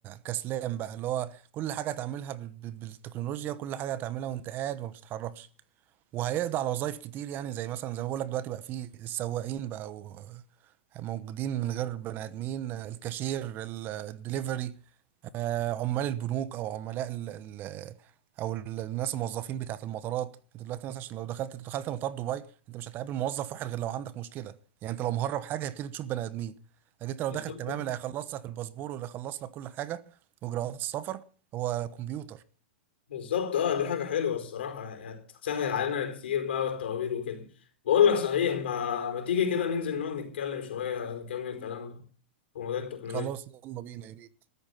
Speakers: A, on the right; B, on the left.
A: كسلان بقى اللي هو كل حاجه هتعملها بال... بال- بالتكنولوجيا وكل حاجه هتعملها وانت قاعد وما بتتحركش وهيقضي على وظايف كتير يعني زي مثلا زي ما بقول لك دلوقتي بقى في السواقين بقى و... موجودين من غير بني ادمين الكاشير الدليفري عمال البنوك او عملاء ال ال او ال- الناس الموظفين بتاعت المطارات انت دلوقتي مثلا عشان لو دخلت دخلت مطار دبي انت مش هتقابل موظف واحد غير لو عندك مشكله يعني انت لو مهرب حاجه هيبتدي تشوف بني ادمين لكن انت لو
B: بالظبط
A: داخل تمام اللي هيخلص لك الباسبور واللي هيخلص لك كل حاجه واجراءات السفر هو كمبيوتر
B: بالظبط، اه دي حاجه حلوه الصراحه يعني هتسهل علينا كتير بقى والتوابير وكده بقول لك صحيح ما ما تيجي كده ننزل نقعد نتكلم شويه نكمل كلامنا في موضوع التكنولوجيا
A: خلاص يلا بينا يا بيه